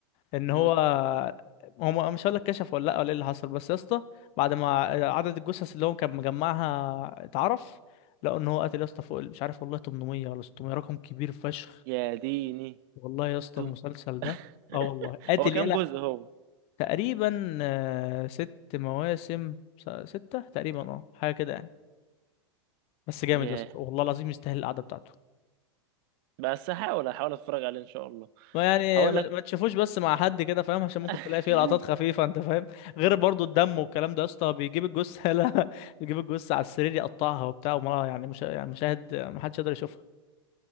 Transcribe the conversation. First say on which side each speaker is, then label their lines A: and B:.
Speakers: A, on the left; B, on the right.
A: ان
B: مم.
A: هو هم مش هقول لك كشف ولا لا ولا ايه اللي حصل بس يا اسطى بعد ما عدد الجثث اللي هو كان مجمعها اتعرف لقوا ان هو قتل يا اسطى فوق ال- مش عارف والله 800 ولا 600 رقم كبير فشخ
B: يا ديني
A: والله يا اسطى
B: توم
A: المسلسل ده
B: <laughs>
A: اه والله قاتل
B: هو كام
A: يلا
B: جزء هو
A: تقريبا آه، ست مواسم س- ستة تقريبا اه حاجة كده يعني بس جامد
B: ياه
A: يا اسطى والله العظيم يستاهل القعدة بتاعته
B: بس هحاول هحاول اتفرج عليه ان شاء الله
A: ما يعني
B: هقول
A: ما
B: لك
A: ما تشوفوش بس مع حد كده فاهم عشان ممكن
B: <laughs>
A: تلاقي فيه لقطات خفيفة انت فاهم غير برضو الدم والكلام ده يا اسطى بيجيب الجثة <laughs> لا بيجيب الجثة على السرير يقطعها وبتاع وما يعني مش يعني مشاهد ما حدش يقدر يشوفها